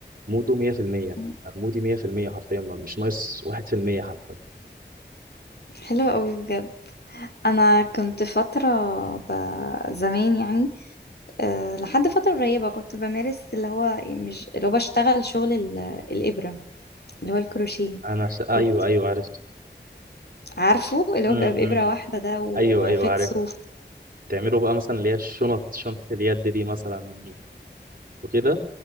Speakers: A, on the right; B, on the left.
A: موده 100%
B: م-
A: مودي 100% حرفيا ما- مش ناقص 1% حتى
B: حلوة قوي بجد انا كنت فترة ب... زمان يعني أه لحد فترة قريبة كنت بمارس اللي هو مش اللي هو بشتغل شغل ال... الإبرة اللي هو الكروشيه
A: أنا س... أيوه
B: كنت
A: أيوه عرفت
B: عارفه اللي
A: م-
B: هو
A: م-
B: بيبقى بإبرة واحدة
A: م.
B: ده وخيط
A: أيوه أيوه عرفت
B: صوف
A: تعملوا بقى مثلا اللي هي الشنط شنطة اليد دي مثلا وكده